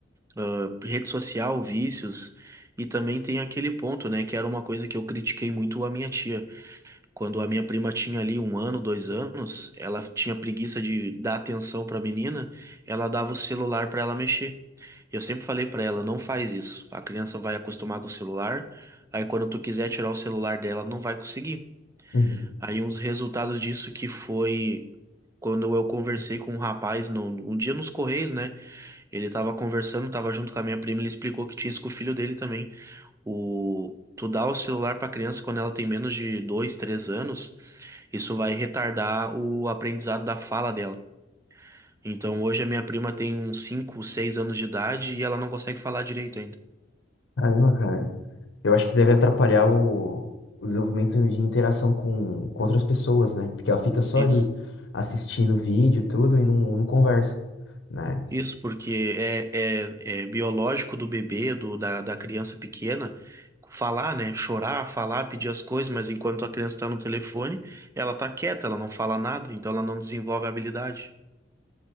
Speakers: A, on the right; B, on the left.
A: ah, rede social, vícios. E também tem aquele ponto, né, que era uma coisa que eu critiquei muito a minha tia. Quando a minha prima tinha ali um ano, dois anos, ela tinha preguiça de dar atenção para a menina, ela dava o celular para ela mexer. E Eu sempre falei para ela, não faz isso. A criança vai acostumar com o celular, aí quando tu quiser tirar o celular dela, não vai conseguir.
B: uhum.
A: Aí um dos resultados disso que foi quando eu conversei com um rapaz no, um dia nos Correios, né? Ele tava conversando, tava junto com a minha prima, ele explicou que tinha isso com o filho dele também. O, tu dá o celular pra criança quando ela tem menos de dois, três anos. Isso vai retardar o aprendizado da fala dela. Então, hoje a minha prima tem uns 5, 6 anos de idade e ela não consegue falar direito ainda.
B: Caramba, cara. Eu acho que deve atrapalhar o, o desenvolvimento de interação com, com outras pessoas, né? Porque ela fica só
A: Isso.
B: ali assistindo vídeo e tudo e não, não conversa, né?
A: Isso, porque é, é, é biológico do bebê, do, da, da criança pequena, falar, né? Chorar, falar, pedir as coisas, mas enquanto a criança está no telefone, ela tá quieta, ela não fala nada, então ela não desenvolve a habilidade.